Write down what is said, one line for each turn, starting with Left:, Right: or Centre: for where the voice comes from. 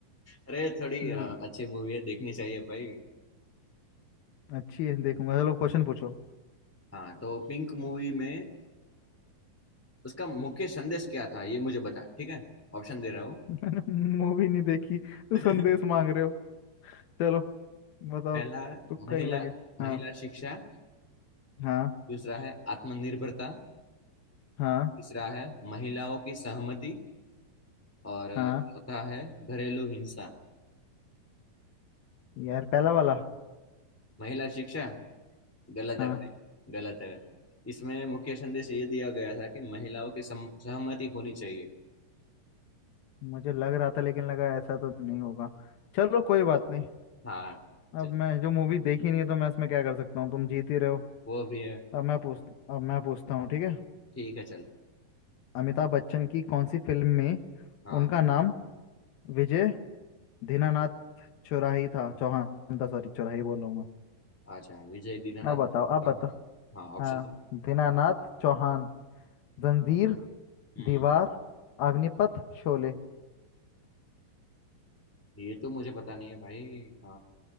Centre: अरे थोड़ी
Left: हम्म,
Centre: अ, अच्छी मूवी है देखनी चाहिए भाई
Left: अच्छी है देखूंगा चलो क्वेश्चन पूछो
Centre: हाँ तो पिंक मूवी में उसका मुख्य संदेश क्या था ये मुझे बता ठीक है ऑप्शन दे रहा हूँ
Left: <laughs> मैंने मूवी नहीं देखी तो
Centre: <laughs>
Left: संदेश मांग रहे हो चलो बताओ
Centre: पहला
Left: तुक्का
Centre: है महिला
Left: ही लगे
Centre: महिला
Left: हाँ
Centre: शिक्षा
Left: हाँ
Centre: दूसरा है आत्मनिर्भरता
Left: हाँ
Centre: तीसरा है महिलाओं की सहमति और
Left: हाँ
Centre: चौथा है घरेलू हिंसा
Left: यार पहला वाला
Centre: महिला शिक्षा गलत
Left: हाँ
Centre: है भाई गलत है इसमें मुख्य संदेश ये दिया गया था कि महिलाओं की सम- सहमति होनी चाहिए
Left: मुझे लग रहा था लेकिन लगा ऐसा तो नहीं होगा चलो कोई बात नहीं
Centre: हाँ
Left: अब
Centre: चल
Left: मैं जो मूवी देखी नहीं है तो मैं इसमें क्या कर सकता हूँ तुम जीत ही रहे हो
Centre: वो भी है
Left: अब मैं पूछ अब मैं पूछता हूँ ठीक है
Centre: ठीक है चल
Left: अमिताभ बच्चन की कौन सी फिल्म में
Centre: हाँ
Left: उनका नाम विजय दीनानाथ चौराही था चौहान था सॉरी चौराही बोल रहा हूँ मैं।
Centre: अच्छा विजय दीनानाथ
Left: अब बताओ अब
Centre: हाँ
Left: बताओ
Centre: हाँ ऑप्शन
Left: हाँ
Centre: दे
Left: दीनानाथ चौहान जंजीर
Centre: हम्म
Left: दीवार अग्निपथ शोले
Centre: ये तो मुझे पता नहीं है भाई आ,